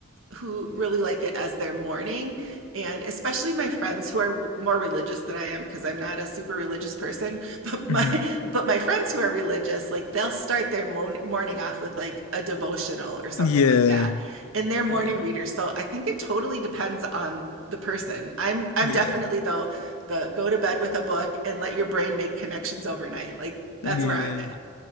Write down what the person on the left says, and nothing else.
Mhm.
Yeah.
Yeah.
Yeah.
Yeah.